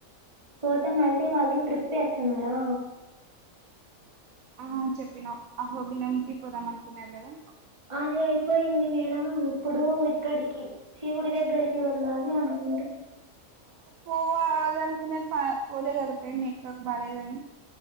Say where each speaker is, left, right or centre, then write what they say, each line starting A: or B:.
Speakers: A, on the right; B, on the right.
A: పోతే మళ్ళీ వాళ్ళు ట్రిప్ వేస్తున్నారా
B: ఆ చెప్పిన అహోబినంకి పోదాం అనుకున్నారు కదా
A: ఆ అది అయిపోయింది మేడం ఇప్పుడు ఇక్కడికి శివుడి దగ్గరికి వెళ్ళాలి అనుకుంటా
B: పోవాల అనుకునేది పోలే కదా మీ అక్కకి బాగాలేదా ఆని